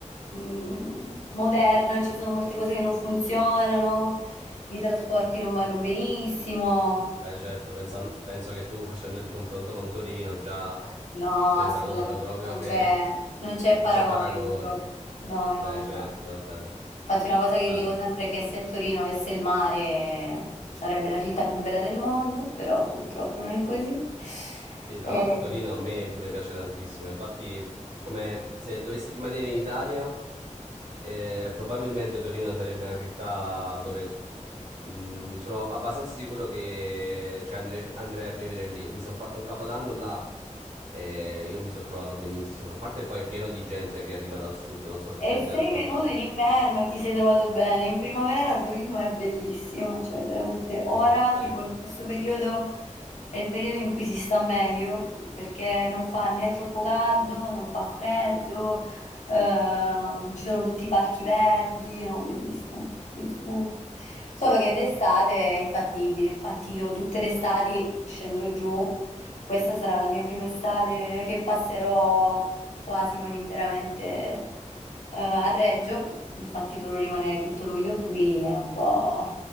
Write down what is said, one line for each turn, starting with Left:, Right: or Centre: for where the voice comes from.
Left: mm, moderna, ci sono molte cose che non funzionano, i trasporti non vanno benissimo,
Right: Beh, certo, pensan- penso che tu facendo il confronto con Torino già <laughs>
Left: no,
Right: si è
Left: assolutamente,
Right: resa conto proprio
Left: non
Right: che
Left: c'è non
Right: <laughs>
Left: c'è
Right: non
Left: paragone
Right: c'è paragone.
Left: purtroppo. No,
Right: Beh,
Left: no, infatti.
Right: certo, vabbè.
Left: Infatti una cosa che
Right: Ah.
Left: dico sempre è che se Torino avesse il mare sarebbe la città più bella del mondo, però purtroppo non è così.
Right: Sì, tra
Left: E
Right: l'altro Torino a me pure piace tantissimo, infatti come se dovessi rimanere in Italia, eh, probabilmente Torino sarebbe una città dove mm, sono abbastanza sicuro che cioè, andrei, andrei a vivere lì. Mi sono fatto un capodanno là e io mi sono trovato benissimo. A parte poi è pieno di gente che arriva dal sud, non so se
Left: E
Right: te ne sei
Left: sei
Right: accorta,
Left: venuto
Right: ma
Left: in inverno e ti sei trovato bene. In primavera Torino è bellissima, cioè veramente ora,
Right: sì, poi
Left: tipo
Right: il-
Left: in questo periodo è il periodo in cui si sta meglio, perché non fa né troppo caldo, non fa freddo, ehm, ci sono tutti i parchi verdi, no, bellissimo, sì, stupendo. Solo che d'estate è infattibile, infatti io tutte le estati scendo giù questa sarà la mia prima estate che passerò quasi non interamente, eh, a Reggio, infatti dovrò rimanere tutto luglio qui, è un po'...